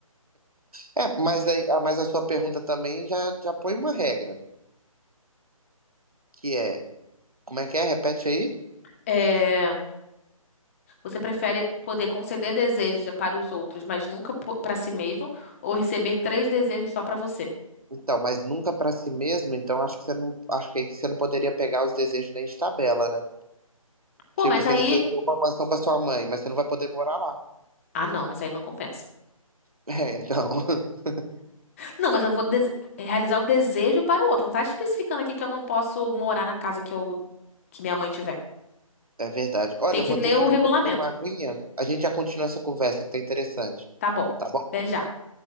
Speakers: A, on the right; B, on the left.
A: É, mas aí, ah, mas a sua pergunta também já, já põe uma regra, que é, como é que é? Repete aí.
B: É, você prefere poder conceder desejos para os outros, mas nunca po- pra si mesmo, ou receber três desejos só pra você?
A: Então, mas nunca pra si mesmo, então acho que você não, acho que aí você não poderia pegar os desejos nem de tabela, né?
B: Pô,
A: Tipo,
B: mas
A: você
B: aí.
A: desejou uma mansão pra sua mãe, mas você não vai poder morar lá.
B: Ah, não, mas aí não compensa.
A: É, então, <laughs>
B: Não, mas eu vou dese- realizar o desejo para o outro. Não tá especificando aqui que eu não posso morar na casa que eu que minha mãe tiver.
A: é verdade. Olha,
B: Tem
A: eu
B: que
A: vou
B: ler
A: ter que
B: o
A: ali
B: regulamento.
A: beber uma aguinha. A gente já continua essa conversa, que tá interessante.
B: Tá bom.
A: Tá bom?
B: Até já.